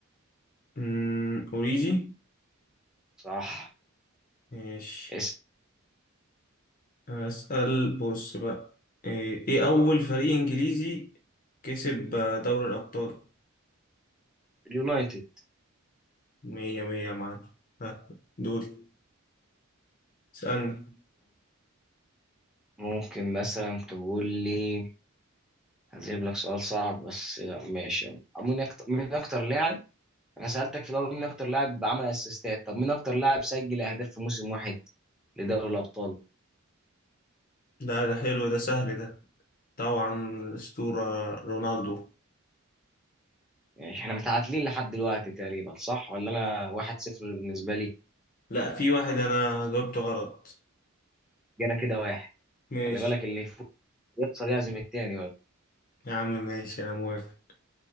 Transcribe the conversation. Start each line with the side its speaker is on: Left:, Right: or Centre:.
Left: مم، أوريجي
Centre: صح
Left: ماشي
Centre: اسم
Left: أسأل بص بقى إيه إيه أول فريق إنجليزي كسب آه، دوري الأبطال
Centre: اليونايتد
Left: مية مية يا معلم ها دول اسألني
Centre: ممكن مثلا تقول لي هجيب لك سؤال صعب بس ماشي مين اكتر مين اكتر لاعب انا سألتك في الاول مين اكتر لاعب عمل اسيستات طب مين اكتر لاعب سجل اهداف في موسم واحد لدوري الابطال
Left: ده ده حلو ده سهل ده طبعا الأسطورة رونالدو
Centre: يعني احنا متعادلين لحد دلوقتي تقريبا صح ولا انا واحد صفر بالنسبة لي
Left: لا في واحد أنا جاوبته غلط
Centre: جانا كده واحد
Left: ماشي
Centre: خلي بالك اللي يفوز يخسر يعزم التاني بقى
Left: يا عم ماشي أنا موافق